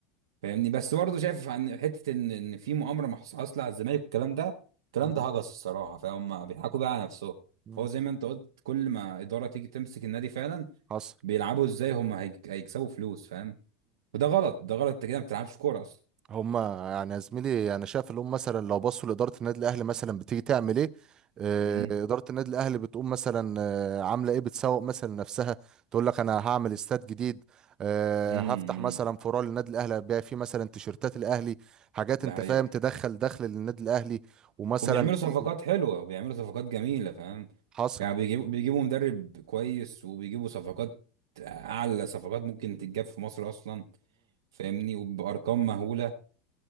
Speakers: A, on the right; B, on the right.
A: فاهمني بس برضه شايف عن حته ان ان في مؤامره محص- حاصله على الزمالك والكلام ده الكلام
B: مم.
A: ده هجس الصراحه فهم بيضحكوا بقى على نفسهم
B: مم.
A: هو زي ما انت قلت كل ما اداره تيجي تمسك النادي فعلا
B: حصل
A: بيلعبوا ازاي هم هي- هيكسبوا فلوس فاهم وده غلط ده غلط انت كده ما بتلعبش كوره اصلا
B: هما يعني يا زميلي انا شايف اللي هم مثلا لو بصوا لاداره النادي الاهلي مثلا بتيجي تعمل ايه آه،
A: امم
B: اداره النادي الاهلي بتقوم مثلا آه، عامله ايه بتسوق مثلا نفسها تقول لك انا هعمل استاد جديد آه،
A: امم
B: هفتح مثلا فروع للنادي الاهلي هبيع فيه مثلا تيشيرتات الاهلي حاجات
A: ده
B: انت
A: حقيقة
B: فاهم تدخل دخل للنادي الاهلي ومثلا
A: وبيعملوا
B: في
A: صفقات حلوه وبيعملوا صفقات جميله فاهم
B: حصل
A: يعني بيجيبوا بيجيبوا مدرب كويس وبيجيبوا صفقات اعلى صفقات ممكن تتجاب في مصر اصلا فاهمني وبارقام مهوله